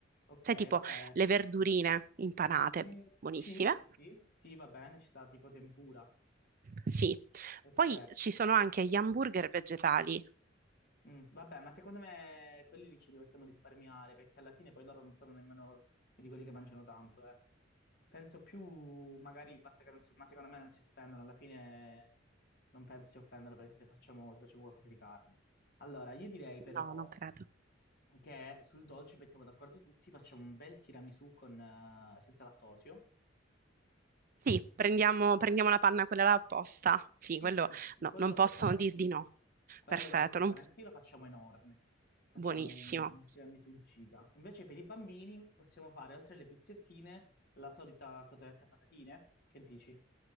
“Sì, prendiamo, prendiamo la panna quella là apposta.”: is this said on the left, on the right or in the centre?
Right